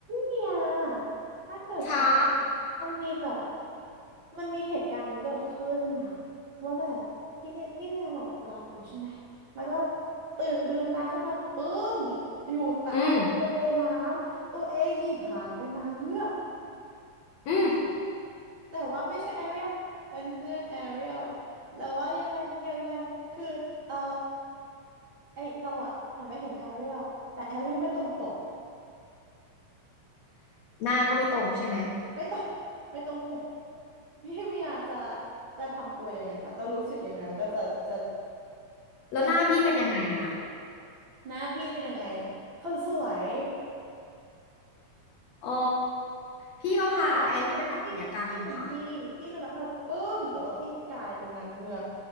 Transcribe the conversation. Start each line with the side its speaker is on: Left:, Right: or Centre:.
Right: เนี่ยถ้าเกิดว่า
Left: ขา
Right: มันมีแบบมันมีเหตุการณ์นี้เกิดขึ้นนะว่าแบบพี่เรียพี่เมียหลับหลับอยู่ใช่ไหมแล้วก็ตื่นลืมตาขึ้นมาปึ้งอยู่ใตายทะเลน้ำตัวเองมีหางเป็นนางเงือก
Left: อืมอืม
Right: แต่ว่าไม่ใช่แอเรียลเป็นเพื่อนแอเรียลแล้วว่ายังไงยังไงคือเออไอเราอะหันไปเห็นแอเรียลแต่แอเรียลไม่ตรงปก
Left: หน้าก็ไม่ตรงใช่ไหม
Right: ไม่ต้องไม่ต้องปก <laughs> พี่เมียจะจะทำตัวยังไงคะจะรู้สึกยังไงแล้วก็จะจะ
Left: แล้วหน้าพี่เป็นยังไงอ่ะ
Right: จะหน้าพี่เป็นยังไงคนสวย
Left: อ๋อพี่ก็พาแอเรียลไปทำศัลยกรรมค่ะ
Right: พี่ลืมตาขึ้นมาพี่พี่เป็นพี่พี่ลืมตาขึ้นมาปึ้งแต่ว่าพี่กลายเป็นนางเงือก